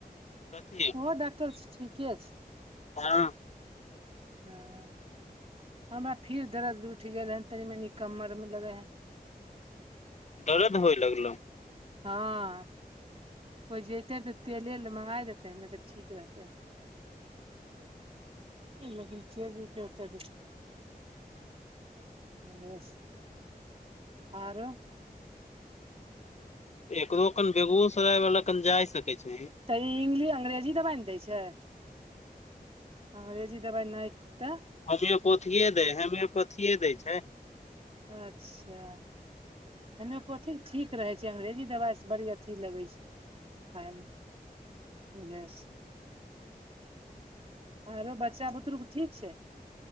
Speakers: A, on the left (about 45°); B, on the right (about 40°).
A: कथी
B: ओ डॉक्टर ठीके छै
A: हँ
B: ह हमरा फिर दर्द उठि गेल हैन तनी मनी कमर मे लगे है
A: दरद होइ लगलौ
B: हँ कोइ जतै तऽ तेले ल मँगा देतै नहि तऽ ठीक रहतै लेकिन <unintelligible> आओरो <unintelligible>
A: एकरो कन बेगुसराय वाला कन जाय सकै छै
B: तऽ ई इंगलि अंग्रेजी दबाइ ने दै छै अंग्रेजी दवाइ नय देतै
A: होमोपोथथिए दै होमोपोथथिए दै छै
B: अच्छा होमियोपैथी ठीक रहै छै अंग्रेजी दबाइसँ बड़ी अथी लगै छै खायइमे वह सआरो बच्चा बुतरुके ठीक छै